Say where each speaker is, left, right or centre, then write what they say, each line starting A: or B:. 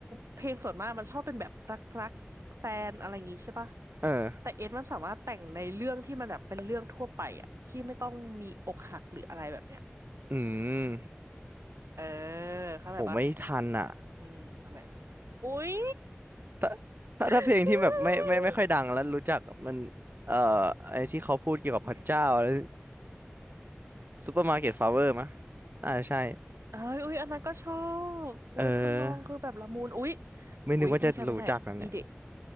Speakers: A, on the right; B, on the right.
A: เพลงส่วนมากมันชอบเป็นแบบรักๆแฟนอะไรอย่างงี้ใช่ปะ
B: เออ
A: แต่เอสมันสามารถแต่งในเรื่องที่มันแบบเป็นเรื่องทั่วไปอะที่ไม่ต้องมีอกหักหรืออะไรแบบเนี้ย
B: อืม
A: เออเข้าใจปะ
B: ผมไม่ทันอะ
A: อืมนั่นแหละอุ้ย
B: <laughs> ถ้าถ้าถ้าเพลงที่แบบไม่ไม่ไม่ค่อยดังแล้วรู้จักมัน
A: <laughs>
B: เอ่อไอ้ที่เขาพูดเกี่ยวกับพระเจ้าอะไร
A: อืม
B: ซูเปอร์มาร์เก็ตฟลาเวอร์มะอ่าใช่
A: เอ้ยอุ้ยอันนั้นก็ชอบอุ้ยทำนองคือแบบละมุนอุ้ย
B: เออ ไม่นึกว่าจะรู้จักนะเนี่ย
A: อุ้ยไม่ใช่ไม่ใช่อีเด